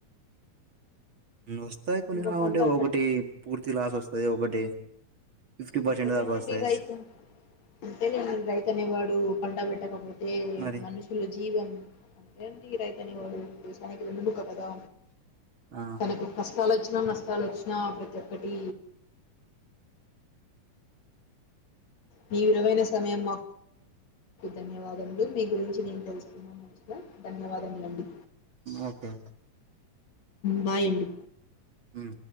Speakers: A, on the right; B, on the left.
A: వస్తాయి కొన్ని
B: ఇంకో
A: రావండి
B: పంట
A: ఒకటి
B: పెట్
A: పూర్తి లాస్ వస్తంది ఒకటి ఫిఫ్టీ
B: అంతేలేనండి
A: పర్సెంట్ దాకా వస్తాయి
B: రైతు అంతేలేండి రైతు అనేవాడు పంట పెట్టకపోతే
A: మరి
B: మనుషులు జీవం అంతే అండి రైతు తనేవాడు దేశానికి వెన్నెముక గా
A: ఆ
B: తనకు కష్టాలచ్ త నష్టాలు వచ్చినా ప్రతి ఒక్కటి మీ విలువైన సమయం ధన్యవాదములు మీ గురించి నేను తెలుసుకున్నా మంచిగా ధన్యవాదములండి
A: ఓకే
B: బాయ అండి
A: ఉమ్